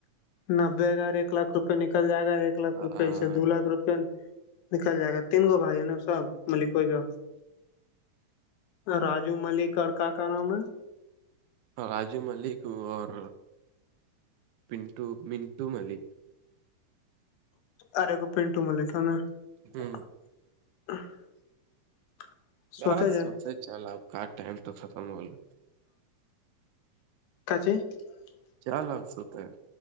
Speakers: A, on the left; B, on the right.
A: نبے ہزار ایک لاکھ روپئے نکل جائے ایک لاکھ روپےسے
B: ہاں
A: دو لاکھ روپ نکل جائے گا تین آیے ہے نا صاحب ملک و شا راجو ملک اور کیا کیا نام ہے <inaudible>
B: راجو ملک اور منٹو منٹو ملک
A: ارے کو پینٹو میں لکھ نے
B: جی
A: <inaudible>
B: ار
A: جائے
B: سوتے چل آپ کا ٹائم تو ختم ہو گو
A: کاچ <inaudible>
B: چلپس ہوتا ہیں